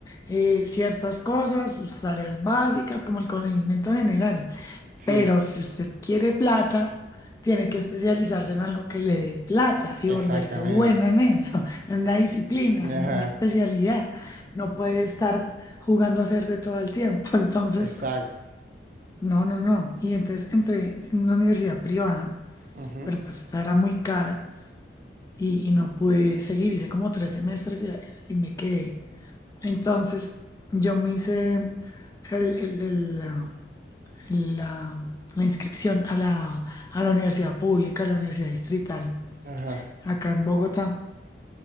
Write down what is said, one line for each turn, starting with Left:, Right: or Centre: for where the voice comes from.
Left: eh, ciertas cosas, sus tareas básicas, como el conocimiento general.
Right: Sí,
Left: Pero si usted quiere plata, tiene que especializarse en algo que le dé plata y
Right: exactamente.
Left: volverse buena en eso, <laughs> en una disciplina,
Right: Ajá,
Left: en una especialidad. No puede estar jugando a hacer de todo el tiempo. <laughs> Entonces...
Right: exacto.
Left: No, no, no. Y entonces entré en una universidad privada,
Right: Ujú,
Left: pero pues esta era muy cara y, y no pude seguir. Hice como tres semestres y, y me quedé. Entonces yo me hice el- el- el, la, la- la inscripción a la, a la universidad pública, a la universidad distrital,
Right: Ajá,
Left: acá en Bogotá.